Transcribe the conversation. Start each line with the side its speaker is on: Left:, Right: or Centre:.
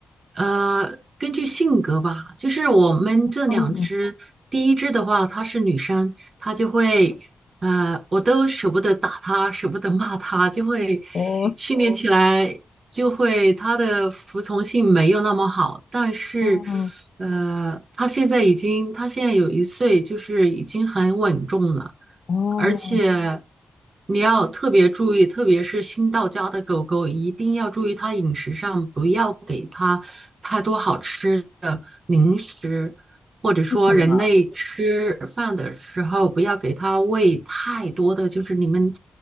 Right: 呃，根据性格吧，就是我们这两只，
Left: 哦，
Right: 第一只的话，它是女生，它就会，呃，我都舍不得打它，舍不得骂它，就会
Left: 哦
Right: 训练哦起来，就会它的服从性没有那么好，但是，
Left: 哦。
Right: 呃，它现在已经，它现在有一岁，就是已经很稳重了。
Left: 哦，
Right: 而且你要特别注意，特别是新到家的狗狗，一定要注意它饮食上，不要给它太多好吃的零食，或者说人类吃饭的时候，
Left: 是什么？
Right: 不要给它喂太多的，就是你们